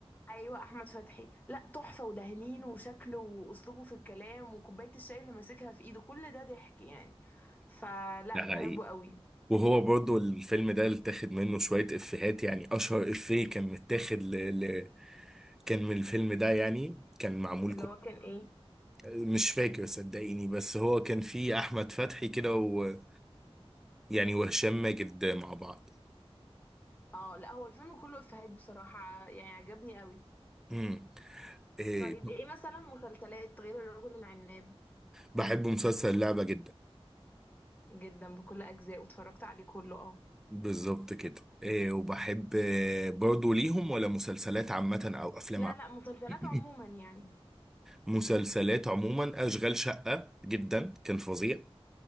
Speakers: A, on the left (about 15°); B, in the centre.
A: ايوه احمد فتحي لا تحفة ودهنينه وشكله واسلوبه في الكلام وكوباية الشاي اللي ماسكها في ايده كل ده ضحك يعني فلا
B: ده حقيقي
A: بحبه قوي
B: وهو برضو الفيلم ده اللي اتاخد منه شوية إفيهات يعني أشهر إفيه كان متاخد ل... ل... كان من الفيلم ده يعني كان معمول
A: اللي
B: كوميدي
A: هو كان ايه
B: مش فاكر صدقيني بس هو كان فيه احمد فتحي كده و يعني وهشام ماجد مع بعض
A: اه لا هو الفيلم كله افيهات بصراحة يعني عجبني قوي
B: امم إيه
A: طيب ايه مثلا مسلسلات غير الرجل العناب
B: بحب مسلسل اللعبة جدا
A: جدا بكل اجزاء واتفرجت عليه كله اه
B: بالظبط كده إيه وبحب آه، برضو ليهم ولا مسلسلات عامة او افلام
A: لا
B: عامة
A: لا مسلسلات
B: <laughs>
A: عموما يعني
B: مسلسلات عموما اشغال شقة جدا كان فظيع